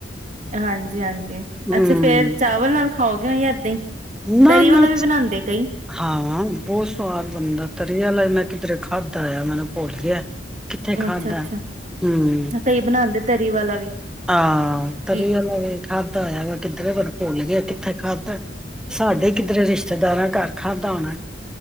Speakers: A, on the right (about 45°); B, in the centre.
A: ਹਾਂਜੀ ਹਾਂਜੀ
B: ਹੂੰ।
A: ਅੱਛਾ ਫੇਰ ਚਾਵਲ ਨਾਲ ਖਾਓਗੇ ਹੋਂਏਦਾਂ ਹੀ
B: ਨਾ
A: ਤਰੀ ਵਾਲਾ
B: ਨਾ
A: ਵੀ ਬਣਾਉਂਦੇ ਕਈ
B: ਹਾਂ ਬਹੁਤ ਸਵਾਦ ਬਣਦਾ ਤਰੀਆ ਲ ਮੈਂ ਕਿਧਰੇ ਖਾਦ ਆਇਆ ਮੈਨੂੰ ਭੁੱਲ ਗਿਆ ਕਿੱਥੇ ਖਾਧਾ।
A: ਅੱਛਾ ਅੱਛਾ
B: ਹੂੰ।
A: ਕਈ ਬਣਾਉਦੇ ਤਰੀ ਵਾਲਾ ਵੀ
B: ਹਾਂ ਤਰੀ
A: ਕੀ
B: ਉਹ ਖਾਧਾ ਹੋਇਆ ਵਾ ਕਿੱਧਰੇ ਬਨ ਭੁੱਲ ਗਏ ਕਿੱਥੇ ਖਾਧਾ ਸਾਡੇ ਕਿੱਧਰੇ ਰਿਸ਼ਤੇਦਾਰਾਂ ਘਰ ਖਾਧਾ ਹੋਣਾ